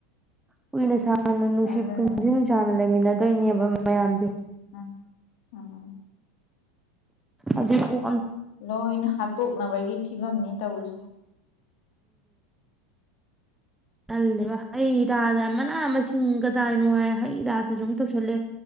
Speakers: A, in the centre; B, on the left.
A: ꯀꯨꯏꯅ ꯁ ꯍꯥꯟꯅ ꯅꯨꯡꯁꯤ
B: ꯑꯗꯨꯅꯦ
A: ꯄꯨꯟꯁꯤ ꯅꯨꯡꯁꯥꯅ ꯂꯩꯃꯤꯟꯅꯗꯣꯏꯅꯦꯕ ꯃꯌꯥꯝꯁꯦ
B: ꯎꯝ ꯎꯝ
A: ꯑꯗꯨꯗꯣ
B: ꯂꯣꯏꯅ ꯍꯥꯠꯇꯣꯛꯅꯕꯒꯤ ꯐꯤꯕꯝꯅꯤ ꯇꯧꯔꯤꯁꯦ
A: ꯆꯜꯂꯦꯕ ꯍꯩ ꯔꯥꯗ ꯃꯅꯥ ꯃꯁꯤꯡ ꯀꯗꯥꯏꯅꯣꯉꯥꯏ ꯍꯩ ꯔꯥꯗꯁꯨ ꯑꯨꯝ ꯇꯧꯁꯜꯂꯦ